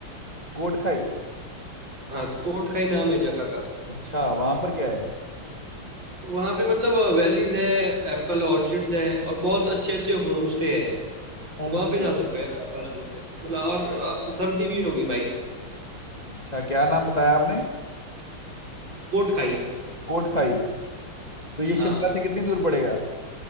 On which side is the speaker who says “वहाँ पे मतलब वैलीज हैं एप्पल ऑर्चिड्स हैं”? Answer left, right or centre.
Right